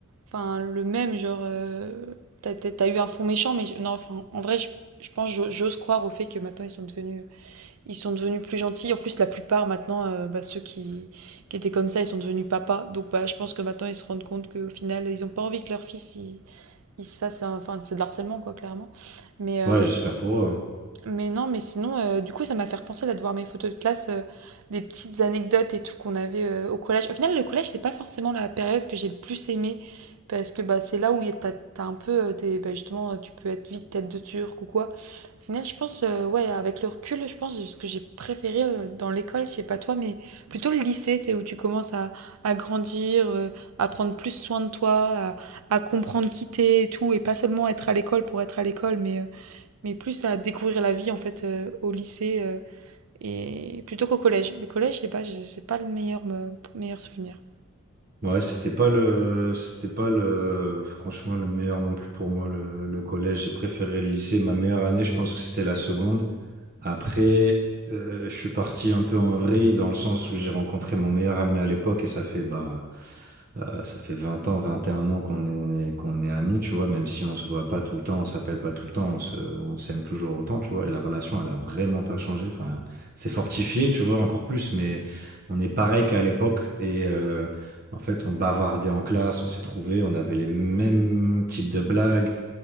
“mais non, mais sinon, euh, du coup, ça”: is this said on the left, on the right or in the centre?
Right